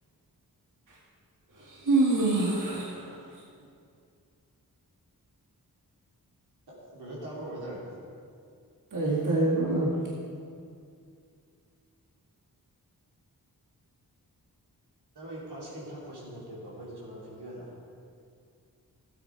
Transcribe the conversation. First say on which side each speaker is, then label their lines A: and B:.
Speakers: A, on the right; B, on the right.
A: <inaudible>
B: <inaudible> ꯕ꯭ꯔꯗꯔ ꯇꯥꯕ꯭ꯔꯣ ꯕꯔꯗꯔ
A: ꯇꯥꯏꯌꯦ ꯇꯥꯏꯌꯦ ꯕꯔꯗꯔ
B: ꯇꯔꯣꯏ ꯐꯥꯔꯁ, ꯁꯀꯦꯟ, ꯊꯔꯠ ꯄꯣꯁꯟ ꯂꯦꯞ ꯌꯦꯕ ꯑꯩꯈꯣꯏ ꯖꯣꯒ꯭ꯔꯥꯐꯤꯒꯤ ꯑꯣꯏꯅ